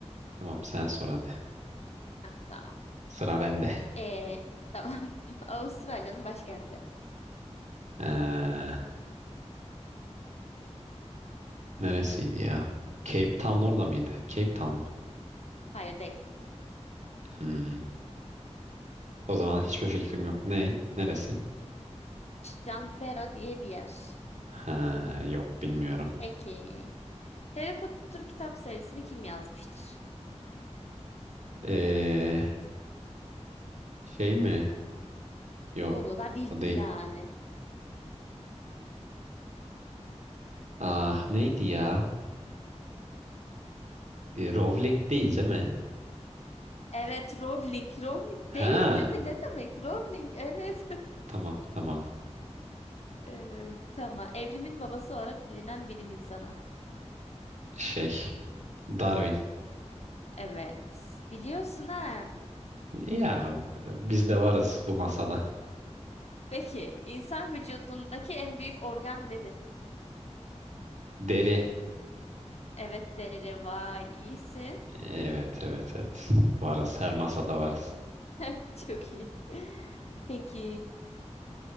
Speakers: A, on the right; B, on the left.
A: Tamam sen sor hadi.
B: Hah, tamam.
A: Sıra bende.
B: Ee, tamam. <laughs> Avustralya'nın başkenti.
A: Ee, neresiydi ya? Cape Town orada mıydı? Cape Town mı?
B: Hayır değil.
A: Hmm. O zaman hiçbir fikrim yok. Ney? Neresi?
B: Canberra diye bir yer.
A: Ha, yok bilmiyorum.
B: Peki. Harry Potter kitap serisini kim yazmıştır?
A: Ee, şey mi? Yok.
B: Bunu da bil
A: O değil.
B: yani.
A: Ah neydi ya? E, Rowling değil değil mi?
B: Evet, Rowling. Rowling değil,
A: Ha
B: değil mi? Ne demek? Rowling, evet.
A: tamam tamam.
B: <laughs> Ee, tamam. Evrimin babası olarak bilinen bilim insanı.
A: Şey Darwin.
B: Evet. Biliyorsun ha.
A: Ya biz de varız bu masada.
B: Peki, insan vücudundaki en büyük organ nedir?
A: Deri.
B: Evet, deri. Vay, iyisin.
A: Evet evet evet. Varız. Her masada varız.
B: <laughs> Çok iyi. Peki,